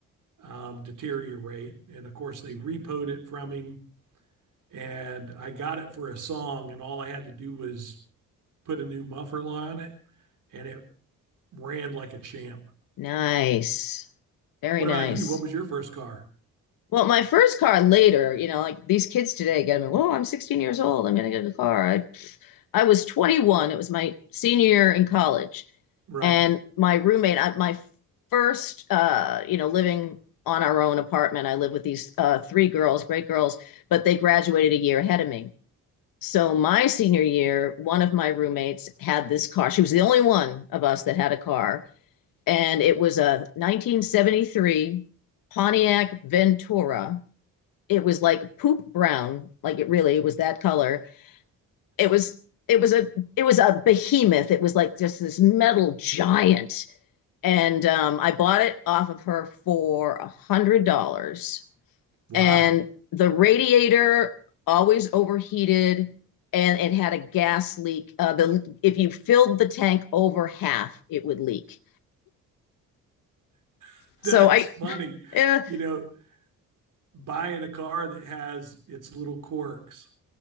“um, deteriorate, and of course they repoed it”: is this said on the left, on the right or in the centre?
Right